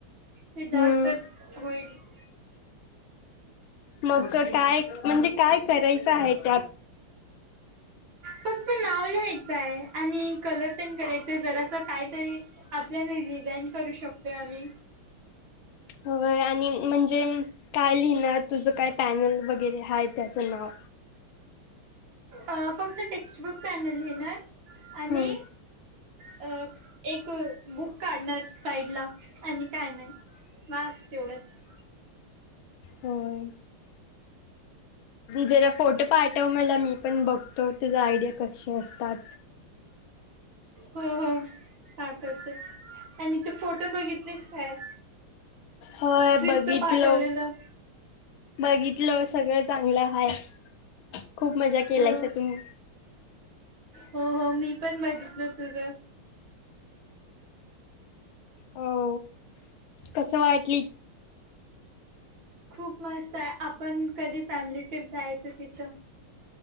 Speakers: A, on the right; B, on the left.
A: ते जास्तच
B: हम्म
A: होईल. <inaudible>
B: मग कसाय म्हणजे काय करायचं आहे त्यात?
A: फक्त नाव लिहायचंय. आणि कलर तेन करायचे, जरासं कायतरी आपल्याला डिझाईन करू शकतोय आम्ही.
B: होय आणि म्हणजे, काय लिहिणार, तुझं काय पॅनल वगैरे हाय त्याचं नाव.
A: अ फक्त टेक्स्टबुक पॅनल लिहणार आणि
B: हम्म
A: अ एक बुक काढणार साईडला आणि काय नाही. बास तेवढंच. <inaudible>
B: होय जरा फोटो पाठव मला मी पण बघतो. तुझा आयडिया कसे असतात?
A: हो, हो, पाठवते आणि ते फोटो बघितलेस काय?
B: होय
A: ट्रिपच
B: बघितलो
A: पाठवलेलं.
B: बघितलो, सगळं चांगलं हाय. खूप मजा केलायसा
A: हो
B: तुम्ही.
A: हो, हो, मी पण बघितलं तुझं.
B: हो कस वाटली
A: खूप मस्तय, आपण कधी फॅमिली ट्रिप जायाचं तिथं?